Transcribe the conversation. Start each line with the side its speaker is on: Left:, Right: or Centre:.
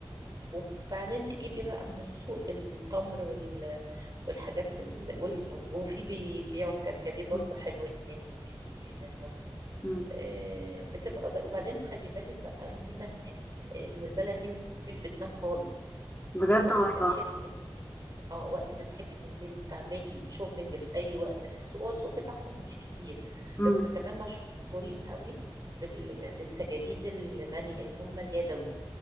Right: وبعدين تجيبي بقى من السوق التمر وال... والحاجات ال... وال... وفي بيبيعوا الكركديه برضو
Left: مم.
Right: حلو هناك ممكن تجيبي منه
Left: مم.
Right: آه، بتبقى زي... وبعدين خلي بالك بقى الميزة هناك آه، إن البلد دي مش بتنام خالص
Left: بجد
Right: يعني وقت
Left: والله
Right: ما تحب اه وقت ما تحبي تنزلي تعملي شوبينج في اي وقت في السوق هو السوق بتاعهم مش كبير
Left: مم.
Right: بس كمان مشهورين قوي بال... بالسجاجيد المني اللي هم اليدوي